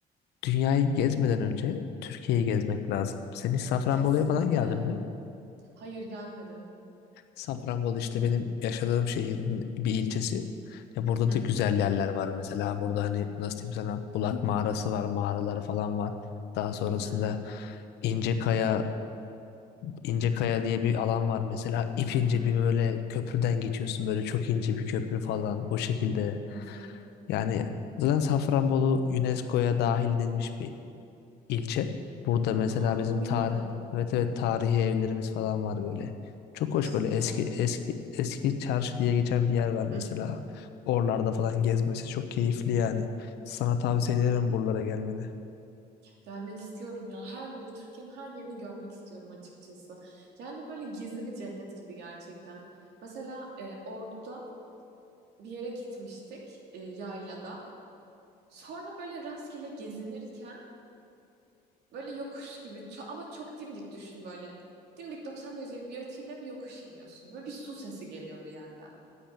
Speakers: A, on the left (about 80°); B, on the right (about 80°).
A: Dünyayı gezmeden önce Türkiye'yi gezmek lazım. Sen hiç Safranbolu'ya
B: Kesinlikle.
A: falan geldin mi?
B: Hayır gelmedim.
A: Safranbolu işte benim yaşadığım şehrin bir ilçesi. Ya burada
B: Hı
A: da
B: hı,
A: güzel yerler var mesela. Burada hani nasıl diyeyim sana Bulak Mağarası var, mağaraları falan var. Daha sonrasında
B: hı hı,
A: İncekaya, İncekaya diye bir alan var mesela. İpince
B: hı hı,
A: bir böyle köprüden geçiyorsun böyle çok ince bir köprü falan o şekilde.
B: hı hı.
A: Yani zaten Safranbolu UNESCO'ya dahil edilmiş bir ilçe. Burada mesela
B: Aa
A: bizim
B: bunu bilmiyordum.
A: tarih evet evet tarihi evlerimiz falan var böyle. Çok
B: Aa,
A: hoş
B: süper.
A: böyle eski eski eski çarşı diye geçen bir yer var mesela.
B: Hı hı.
A: Oralarda falan gezmesi çok keyifli yani. Sana tavsiye ederim buralara gelmeni.
B: Gelmek istiyorum ya. Her yeri, Türkiye'nin her yerini görmek istiyorum açıkçası. Yani böyle gizli bir cennet gibi gerçekten. Mesela e, Ordu'da bir yere gitmiştik e, yaylada. Sonra böyle rastgele gezinirken böyle yokuş gibi ço- ama çok dimdik düşün böyle. Dimdik 90 derecelik bir açıyla bir yokuş iniyorsun. Böyle bir su sesi geliyor bir yerden.